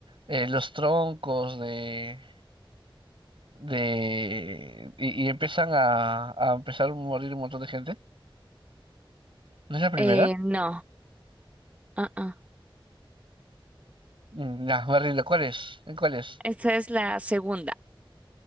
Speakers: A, on the right; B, on the right.
A: eh, los troncos de de y, y empiezan a, a empezar a morir un montón de gente. ¿No es la primera?
B: eh, no. ah, ah.
A: Mm, No, me rindo. ¿Cuál es? ¿En cuál es?
B: Esta es la segunda.